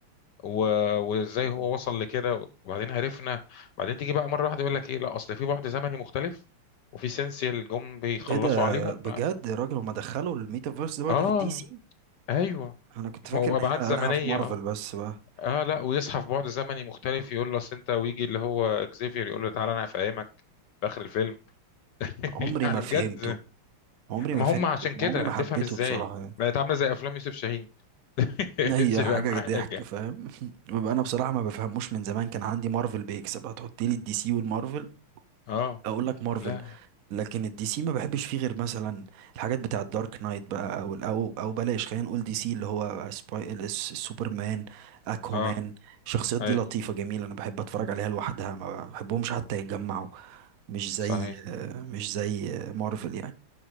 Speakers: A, on the left (about 65°); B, on the right (about 60°).
A: و... وازاي
B: مم.
A: هو وصل لكده وبعدين عرفنا بعدين تيجي بقى مره واحده يقول لك ايه لا اصل في بعد زمني مختلف وفي سينسيال جم بيخلصوا
B: ايه ده
A: عليهم
B: بجد يا راجل هما دخلوا الميتافيرس ده برضه
A: اه
B: في الدي سي
A: ايوه
B: انا كنت فاكر
A: هو ابعاد
B: ان هي
A: زمنيه
B: رايحة في مارفل
A: اه
B: بس بقى
A: اه لا ويصحى في بعد زمني مختلف يقول له اصل انت ويجي اللي هو اكزيفير يقول له تعالى انا هفهمك في اخر الفيلم <laughs>
B: عمري
A: يعني
B: ما
A: بجد
B: فهمته عمري
A: ما
B: ما فهمته
A: هم عشان كده
B: عمري
A: هتفهم
B: ما حبيته
A: ازاي
B: بصراحة يعني.
A: بقت عامله زي افلام يوسف شاهين <laughs>
B: هي
A: اتش فاهم
B: حاجة
A: حاجه
B: ضحك فاهم <laughs> ببقى انا بصراحة ما بفهموش من زمان كان عندي مارفل بيكسب هتحط لي الدي سي والمارفل
A: اه
B: اقول لك مارفل
A: لا
B: لكن الدي سي ما بحبش فيه غير مثلا الحاجات بتاع الدارك نايت بقى او او, أو بلاش خلينا نقول دي سي اللي هو سباي الس- سوبرمان اكوامان
A: اه
B: الشخصيات دي
A: اي
B: لطيفة جميلة انا بحب اتفرج عليها لوحدها ما بحبهمش حتى يتجمعوا مش زي
A: صحيح
B: آه، مش زي آه، مارفل يعني